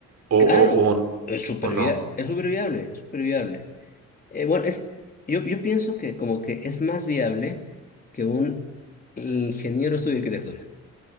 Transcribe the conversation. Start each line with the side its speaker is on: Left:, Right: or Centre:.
Right: o,
Left: Claro,
Right: o, o,
Left: es súper
Right: o no?
Left: via- es súper viable, es súper viable. Eh, bueno, es, yo, yo pienso que como que es más viable que un ingeniero estudie arquitectura.